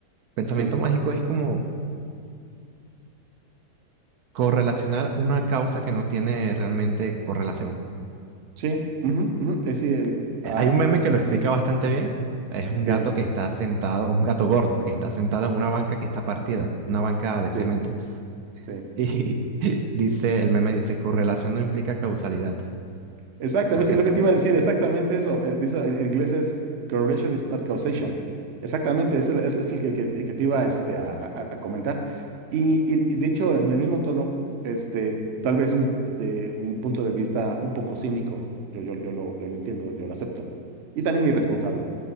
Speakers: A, on the right (about 70°); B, on the right (about 55°).
A: Pensamiento
B: sí,
A: mágico es como correlacionar una causa que no tiene realmente correlación.
B: sí, ujú, ujú, es, sí, el,
A: eh,
B: ah,
A: Hay un meme que
B: es-
A: lo explica bastante bien. Es un gato
B: sí,
A: que está sentado, un gato gordo, que está sentado en una banca que está partida, una banca de cemento.
B: sí, sí.
A: Y <laughs> dice, el meme dice, correlación no implica causalidad,
B: Exactamente,
A: porque
B: es
A: tú...
B: lo que te iba a decir, exactamente eso. eh, dice, en, en inglés es correlation is not causation. Exactamente, es el, es, es el que, que- que te iba este, a, a- a comentar. Y, y, y de hecho, en el mismo tono, este, tal vez un, de un punto de vista un poco cínico, yo, yo, yo lo, yo lo entiendo, yo lo acepto, y también irresponsable.